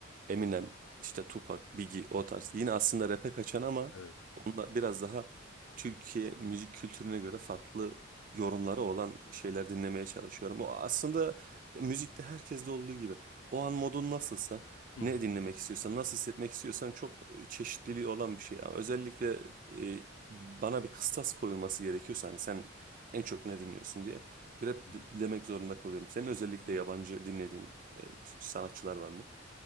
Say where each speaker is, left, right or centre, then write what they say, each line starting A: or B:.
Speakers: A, on the right; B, on the left.
A: Eminem, işte Tupac, Biggie o tarz. Yine aslında rap'e kaçan ama
B: Evet.
A: onunla biraz daha Türkiye müzik kültürüne göre farklı yorumları olan şeyler dinlemeye çalışıyorum. O aslında müzikte herkeste olduğu gibi. O an modun nasılsa,
B: Hı
A: ne
B: hı.
A: dinlemek istiyorsan, nasıl hissetmek istiyorsan çok çeşitliliği olan bir şey. Ama özellikle e, bana bir kıstas koyulması gerekiyorsa hani sen en çok ne dinliyorsun diye rap
B: hı hı.
A: de- demek zorunda kalıyorum. Senin özellikle yabancı dinlediğin e, sanatçılar var mı?